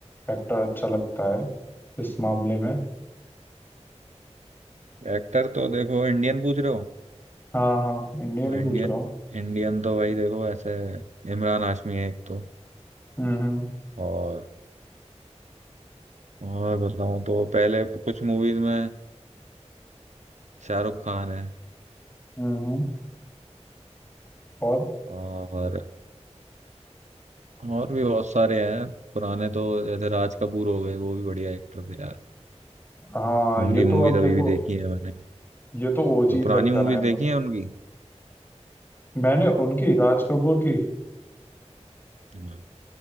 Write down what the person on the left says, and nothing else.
एक्टर अच्छा लगता है इस मामले में
हाँ हाँ इंडिया
नहीं
पूछ रहा हूँ
हम्म हम्म
हम्म, हम्म, और
हाँ
ये
तो अब
देखो
ये तो ओजीज
एक्टर
है
मैंने उनकी राज कपूर की